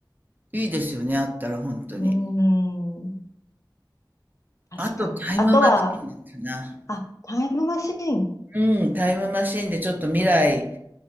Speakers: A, on the right; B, on the left.
A: な。いいですよね、あったら本当に。
B: うーん。確かに。
A: あとタイムマシーンかな。
B: あとは、あ、タイムマシーン。
A: うん、タイムマシーンでちょっと未来、